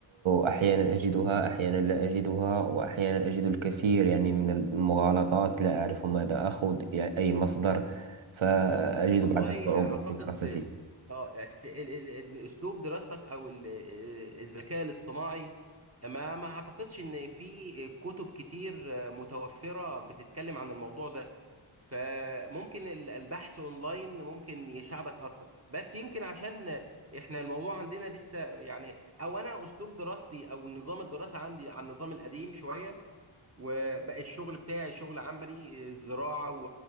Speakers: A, on the right; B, on the right.
A: أحيانا أجدها أحيانا لا أجدها وأحيانا أجد الكثير يعني من المغالطات لا أعرف ماذا أخذ يعني أي مصدر فأجد
B: والله
A: بعض الصعوبات
B: اعتقد
A: في دراسته
B: اه أصل ال- ال- ال- اسلوب دراستك او ال- آه، الذكاء الاصطناعي ما ما اعتقدش ان في كتب كتير آه، متوفرة بتتكلم عن الموضوع ده فممكن ال- البحث اونلاين ممكن يساعدك اكتر بس يمكن عشان احنا الموضوع عندنا لسه يعني او انا اسلوب دراستي او نظام الدراسة عندي عن النظام القديم شوية وبقى الشغل بتاعي شغل عملي الزراعة و...